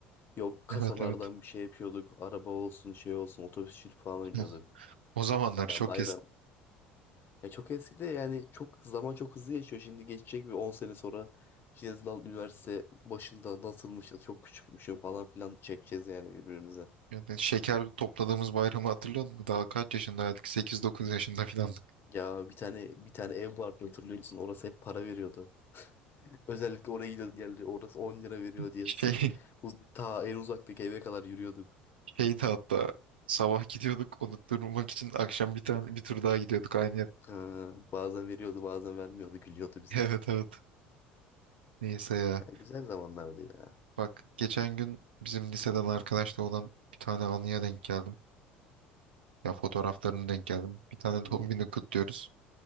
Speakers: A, on the left (about 40°); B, on the right (about 75°).
A: Yok kasalardan
B: Evet evet.
A: bir şey yapıyorduk. Araba olsun şey olsun otobüsçülük falan oynuyorduk.
B: <laughs> O zamanlar
A: Ya
B: şok
A: bayram. Ya çok eski de yani çok zaman çok hızlı geçiyor. Şimdi geçecek bir 10 sene sonra Cezlan üniversite başında nasılmışız çok küçükmüşüm falan filan çekeceğiz yani birbirimize.
B: Yani şeker topladığımız bayramı hatırlıyor musun? Daha kaç yaşındaydık? Sekiz, dokuz yaşında falan.
A: Ya bir tane bir tane ev vardı hatırlıyor musun? Orası hep para veriyordu. Özellikle oraya gidiyorduk geldi. Orası 10 lira veriyor diye.
B: Şey,
A: Sırf
B: <laughs>
A: uz- ta en uzaktaki eve kadar yürüyorduk.
B: şeydi hatta sabah gidiyorduk unutturmak için akşam bir tane bir tur daha gidiyorduk aynı yere.
A: Ha, bazen veriyordu bazen vermiyordu. Gülüyordu bize.
B: <laughs> Evet evet. Neyse ya.
A: Ya güzel zamanlardı ya.
B: Bak geçen gün bizim liseden arkadaşla olan bir tane anıya denk geldim. Ya fotoğraflarını denk geldim. Bir tane
A: Hı-hı.
B: doğum günü kutluyoruz.